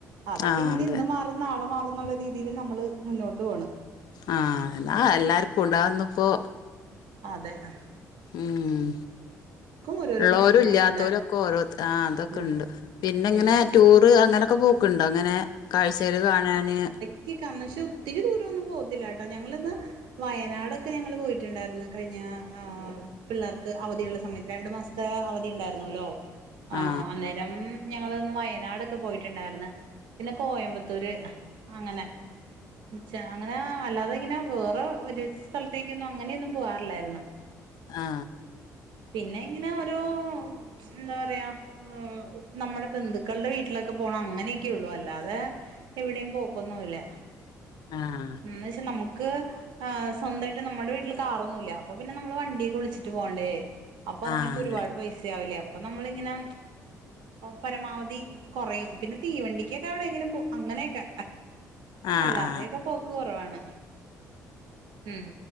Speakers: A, on the right; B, on the left.
A: അതൊക്കെയിങ്ങനെ
B: ആഹ് അതെ
A: ഇന്ന്
B: ആഹ് അതന്നെ
A: മാറും നാളെ മാറന്നുള്ള രീതിയില് നമ്മള് മുന്നോട്ട് പോണ്
B: ആ അതന്നെ അഹ് എല്ലാര്ക്കുണ്ട് അഹൊന്നുപ്പോ
A: അതെന്നെ
B: ഉം
A: ഓരോരോ
B: ഇള്ളൊരുയില്ലാത്തോരൊക്കെ
A: പ്രശ്നങ്ങളുണ്ട്
B: ഓരോത്ത അതൊക്കെണ്ട്
A: ആ
B: പിന്നങ്ങെനെ
A: എല്ലാ
B: ടൂറ് അങ്ങനൊക്കെ പോക്കുണ്ടോ ഇങ്ങനെ കാഴ്ചകല് കാണാന്
A: ക്കി പക്ഷേ ഒത്തിരി ദൂരമൊന്നും പോവത്തില്ലാട്ടോ ഞങ്ങളിന്ന് വയനാടൊക്കെ ഞങ്ങള് പോയിട്ടുണ്ടായിരുന്നു കഴിഞ്ഞ ആ പിള്ളേർക്ക് അവധിയുള്ള സമയത്ത് രണ്ടു മാസത്തെ അവധിയുണ്ടായിരുന്നല്ലോ? ആഹ്
B: ആ
A: അന്നേരം ഞങ്ങളൊന്ന് വയനാടൊക്കെ പോയിട്ടുണ്ടായിരുന്നു പിന്നെ കോയമ്പത്തൂര് അങ്ങനെ ച്ച അങ്ങനെ അല്ലാതെയിങ്ങനെ വേറെ ഒരു സ്ഥലത്തേക്കൊന്നും അങ്ങനെയൊന്നും പോവാറില്ലായിരുന്നു
B: ആ
A: പിന്നെയിങ്ങനെ ഓരോ എന്താ പറയാ ഏഹ് നമ്മുടെ ബന്ധുക്കളുടെ വീട്ടിലൊക്കെ പോണം അങ്ങനെയെക്കെയൊള്ളൂ അല്ലാ തെ എവിടെയും പോക്കൊന്നുവില്ല
B: ആഹാ
A: എന്ന് വെച്ച് നമുക്ക് ആ സ്വന്തയിട്ട് നമ്മുടെ വീട്ടില് കാറൊന്നുവില്ല അപ്പൊ പിന്നെ നമ്മള് വണ്ടിയൊക്കെ വിളിച്ചിട്ട് പോണ്ടേ? അപ്പതിനൊക്കെയൊരുപാട്
B: ആ അതെ
A: പൈസയാവില്ലേ അപ്പ നമ്മളിങ്ങനെ പരമാവധി കൊറയും പിന്നെ തീവണ്ടിക്കെ വിടെങ്കിലും പോവും അങ്ങനെയെക്കെ
B: ആ
A: അല്ലാതെയൊക്കെ
B: ആ
A: പോക്ക് കൊറവാണ് ഉം